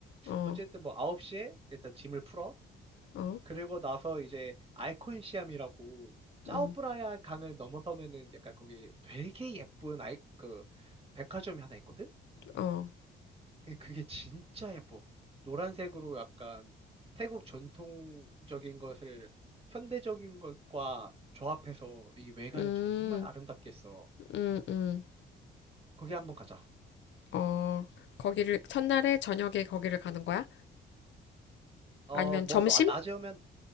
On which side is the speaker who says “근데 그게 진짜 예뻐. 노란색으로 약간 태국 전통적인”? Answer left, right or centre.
Right